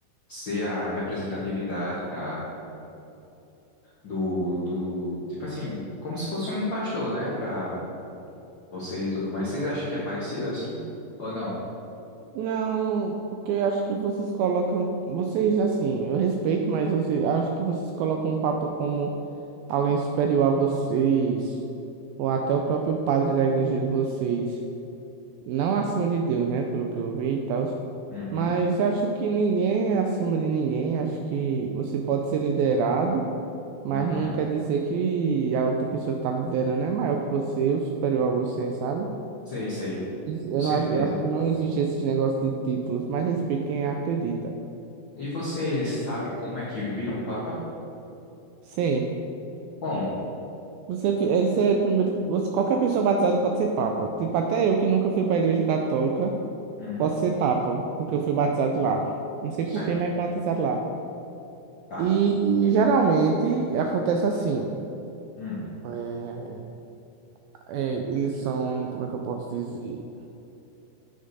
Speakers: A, on the left (about 65°); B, on the right (about 80°).
A: ser a representatividade da, do, do, tipo assim, como se fosse um pastor, né, para vocês e tudo mais. Vocês acham que é parecido assim? Ou não?
B: Não, porque acho que vocês colocam. Vocês, assim, eu respeito, mas você, acho que vocês colocam o Papa como alguém superior a vocês, ou até o próprio padre da igreja de vocês. Não acima de Deus, né? Pelo que eu vi e tal.
A: Uhum,
B: Mas acho que ninguém é acima de ninguém. Acho que você pode ser liderado, mas
A: uhum.
B: não quer dizer que a outra pessoa que está liderando é maior que você ou superior a você, sabe?
A: Sei, sei,
B: Eu
A: com certeza.
B: não acho, eu acho que não existe esse negócio de títulos, mas respeito quem acredita.
A: E vocês sabem como é que vira um papa?
B: sim
A: Como?
B: Você, fi- esse é primeiro, você, qualquer pessoa batizada pode ser papa. Tipo, até eu que nunca fui pra igreja católica,
A: Hum,
B: posso ser papa, porque eu fui batizado lá. Não sei
A: certo,
B: por que, mas batizado lá.
A: tá.
B: E geralmente acontece assim.
A: Hum,
B: é, é, eles são, como é que eu posso dizer?